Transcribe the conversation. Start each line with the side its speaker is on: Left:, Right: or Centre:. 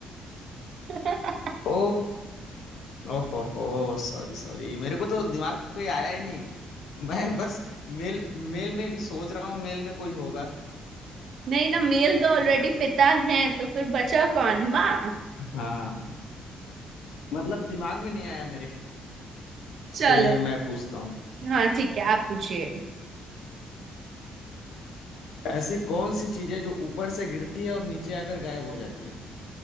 Right: <laughs>
Left: ओ ओहो सॉरी सॉरी मेरे को तो दिमाग पे आया ही नहीं मैं बस मेल मेल में सोच रहा हूँ मेल में कोई होगा
Right: नहीं ना मेल तो ऑलरेडी पिता है तो फिर बचा कौन माँ
Left: हाँ हाँ। मतलब दिमाग में नहीं आया मेरे
Right: चलो
Left: चलिए मैं पूछता हूँ
Right: हाँ ठीक है आप पूछिए
Left: ऐसी कौन सी चीजें जो ऊपर से गिरती है और नीचे आकर गायब हो जाती है